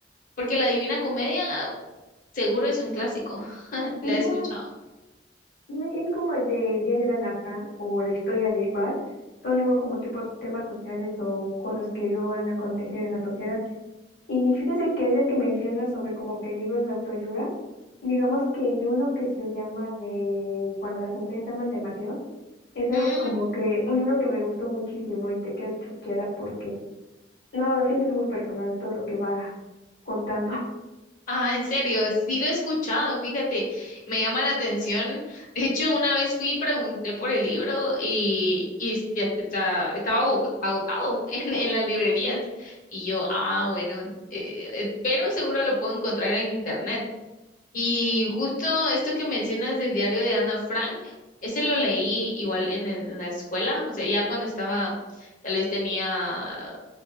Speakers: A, on the left; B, on the left.
A: porque La Divina Comedia seguro es un clásico, <laughs> la
B: Ujú,
A: he escuchado.
B: y Es como el del diario de Ana Frank o la historia de Val, son igual como tipos temas sociales o cosas que luego han acontecido en la sociedad. Y fíjate que ahorita que mencionas sobre como que libros de autoayuda, digamos que vi uno que se llama de Cuando las mujeres aman demasiado. Es algo
A: Mm,
B: como que un libro que me gustó muchísimo y te quedas choqueada porque no, lo sientes muy personal todo lo que va contando. <laughs>
A: Ah, en serio, sí lo he escuchado, fíjate, me llama la atención. De hecho, una vez fui y pregunté por el libro y, y es- ya está, estaba ago- agotado <laughs> en, en las librerías. Y yo, ah, bueno, eh, eh, pero seguro lo puedo encontrar en internet. Y justo esto que mencionas del diario de Ana Frank, ese lo leí igual en, el- en la escuela, o sea, ya cuando estaba, tal vez tenía,